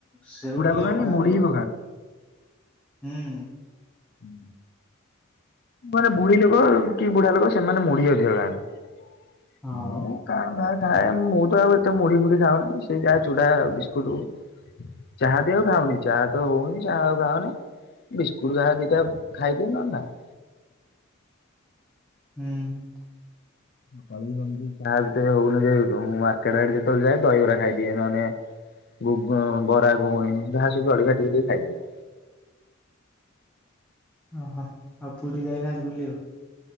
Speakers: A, in the centre; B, on the left (about 50°).
A: ସେଉ
B: ଚୁଡା
A: ଟିକେ ପକାନ୍ତି
B: ମୁଢି
A: ଆଉ।
B: ବି
A: ହୁଁ।
B: ହୁଁ। ମାନେ ବୁଢୀଲୋକ କି ବୁଢାଲୋକ ସେମାନେ ମୁଢି ଅଧିକ ଖାଆନ୍ତି
A: ହଁ
B: ମୁଁ କାଁ ଭାଁ ଖାଏ ମୁଁ ତ ଆଉ ଏତେ ମୁଢି ଫୁଢି ଖାଉନି ସେଇ ଯାହା ଚୁଡା ବିସ୍କୁଟ। ଚାହା ବି ଆଉ ଖାଉନି ଚାହା ତ ହଉନି ଚାହା ଆଉ ଖାଉନି। ବିସ୍କୁଟ ଯାହା ଦିଟା ଖାଇଦିଏ ନହେଲେ ନାହିଁ।
A: ହୁଁ ହୁଁ।
B: <inaudible> ଚାହା ଭିତରେ ହଉନି ଯେ ମୁଁ ମାର୍କେଟ ଆଡେ ଯେତେବେଳେ ଯାଏ ଦହିବରା ଖାଇଦିଏ ନହେଲେ। ଗୁଗୁଁ ବରା, ଘୁଗୁନି ଯାହା ସବୁ ଜଳଖିଆ ଟିକେ ଟିକେ ଖାଇଦିଏ।
A: ଓହୋ ଆଉ ପୁରୀ ଯାଇନାହାନ୍ତି ବୁଲିବାକୁ।